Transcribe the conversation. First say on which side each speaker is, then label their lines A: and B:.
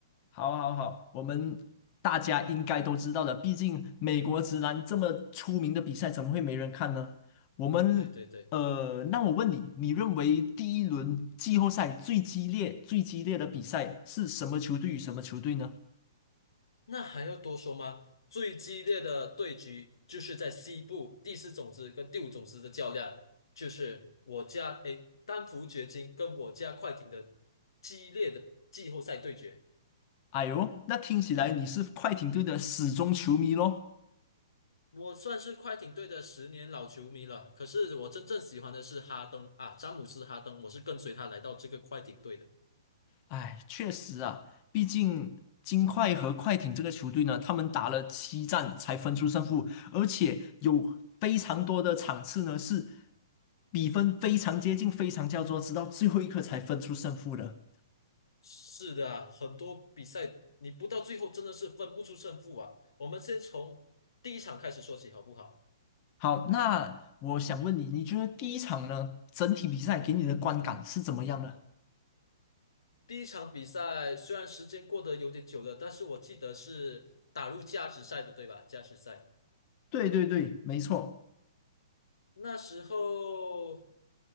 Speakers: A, on the left; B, on the left.
A: 好，好，好，我们大家应该都知道的，毕竟美国直男这么出名的比赛，怎么会没人看呢？我们，
B: 对对对，
A: 呃，那我问你，你认为第一轮季后赛最激烈、最激烈的比赛是什么球队与什么球队呢？
B: 那还要多说吗？最激烈的对局就是在西部第四种子跟第五种子的较量，就是我家诶丹佛掘金跟我家快艇的激烈的季后赛对决。
A: 哎呦，那听起来你是快艇队的死忠球迷喽。
B: 我算是快艇队的十年老球迷了，可是我真正喜欢的是哈登啊，詹姆斯哈登，我是跟随他来到这个快艇队的。
A: 哎，确实啊，毕竟金块和快艇这个球队呢，他们打了七战才分出胜负，而且有非常多的场次呢是比分非常接近、非常焦灼，直到最后一刻才分出胜负的。
B: 是的啊很多比赛你不到最后真的是分不出胜负啊。我们先从第一场开始说起好不好？
A: 好，那我想问你，你觉得第一场呢，整体比赛给你的观感是怎么样的？
B: 第一场比赛虽然时间过得有点久了，但是我记得是打入加时赛的，对吧？加时赛。
A: 对对对，没错。
B: 那时候